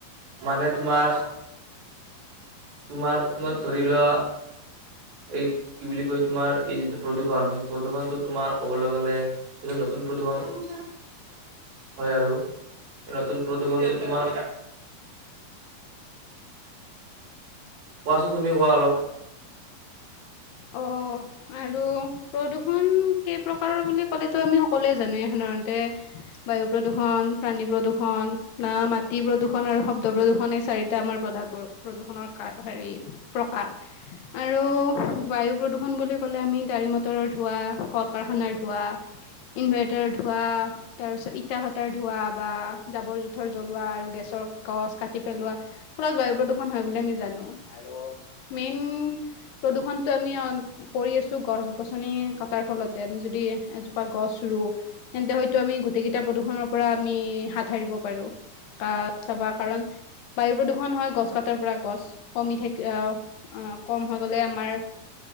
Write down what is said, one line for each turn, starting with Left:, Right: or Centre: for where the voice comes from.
Right: মানে তোমাৰ তোমাৰ তোমাক ধৰি লোৱা এই কি বুলি কয় তোমাৰ এই যিটো প্ৰদুষণ সেই প্ৰদুষণটো তোমাৰ কবলে গলে যিটো নতুন প্ৰদুষণ <unintelligible> হয় আৰু নতুন প্ৰদুষণ টো তোমাৰ কোৱাচোন তুমি কোৱা অলপ।
Left: অ আৰু প্ৰদূষ প্ৰদুষণ কেই প্ৰকাৰৰ বুলি ক'লেতো আমি সকলোৱে জানোৱে সাধাৰণতে বায়ু প্ৰদুষণ, প্ৰাণী প্ৰদূষণ না মাটি প্ৰদূষণ আৰু শব্দ প্ৰদূষণ এই চাৰিটা আমাৰ প্ৰধান প্ৰ প্ৰদূষণৰ কা হেৰি প্ৰকাৰ <unintelligible> আৰু বায়ু প্ৰদূষণ বুলি ক'লে, আমি গাড়ী মটৰৰ ধোৱা, কল কাৰখানাৰ ধোৱা, ইনভাৰ্টাৰ ধোঁৱা তাৰপিছত ইটা ভাটাৰ ধোঁৱা বা জাবৰ জোথৰ জ্বলোৱা আৰু গেছৰ গছ কাটি পেলোৱা ফলত বায়ু প্ৰদূষণ হয় বুলি আমি জানো। আৰু মেইন প্ৰদূষণতটো আমি অন্ত কৰি আছো গছ গছনি কটাৰ ফলতে ।আমি যদি এজোপা গছ ৰুও কিন্তু, হেইতো আমি গোটকেইটা প্ৰদূষনৰৰ পৰা আমি হাত সাৰিব পাৰো ।কা চাবা কাৰণ বায়ুৰ প্ৰদূষন হয় গছ কটাৰ পৰা ।গছ কমি থাকি অহ অহ কম হ গলে আমাৰ